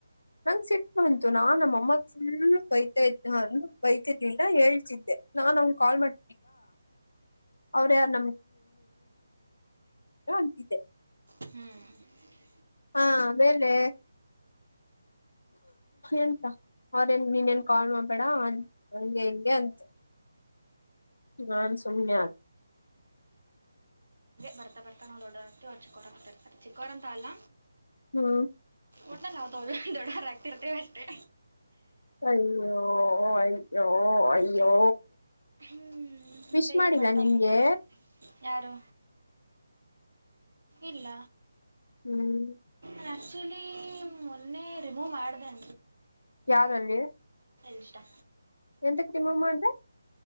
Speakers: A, on the left; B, on the right.
A: ನನಗೆ ಸಿಟ್ಟು ಬಂತು ನಮ್ಮಮ್ಮ ಫುಲ್ ಬೈತ ಬೈತಿದಿಂದ ಹೇಳ್ತಿದ್ದೆ ನಾನ್ ಕಾಲ್ ಮಾಡ ಅವ್ರ ಯಾರ <unintelligible> ಅಂತಿದ್ದೆ
B: ಹ್ಮ್
A: ಹಾ ಆಮೇಲೆ ಎಂತ ಅವ್ರೇನ್ ನೀನ್ನೇನ್ ಕಾಲ್ ಮಾಡ್ಬೇಡ ಹಂಗೆ ಹಿಂಗೆ ಅಂತ ನಾನ್ ಸುಮ್ನೆ ಆದೇ
B: ಬರ್ತಾ ಬರ್ತಾ ನಾವು ದೊಡ್ಡೋರ್ ಹಾಕ್ತಿವಿ ಅವರ ಚಿಕ್ಕವರಆಗುತೆತಾರೆ ಚಿಕ್ಕೋವರಂತಲ್ಲ
A: ಹ್ಮ್
B: ಒಟ್ನಲ್ಲಿ ನಾವು ದೊಡ್ಡವರ ಆಗ್ತಿರ್ತೇವೆ ಅಷ್ಟೇ
A: ಅಯ್ಯೋ ಅಯ್ಯೋ ಅಯ್ಯೋ
B: ಹ್ಮ್
A: ವಿಶ್
B: ಮತ್ತೆ
A: ಮಾಡಿಲ್ಲ
B: ಏನ್ ಮಾಡ್ತಾ
A: ನಿನ್ಗೆ
B: <unintelligible> ಯಾರು ಇಲ್ಲ
A: ಹ್ಮ್
B: ನಾನ ಆ್ಯಕ್ಚುಲಿ ಮೊನ್ನೆ ರಿಮೂವ್ ಮಾಡ್ದಂಿ
A: ಯಾರಲ್ಲಿ
B: <unintelligible> <inaudible> ಸ್ಟಾ
A: ಎ ಕ್ರಮಮ್ಮ ಅಂದ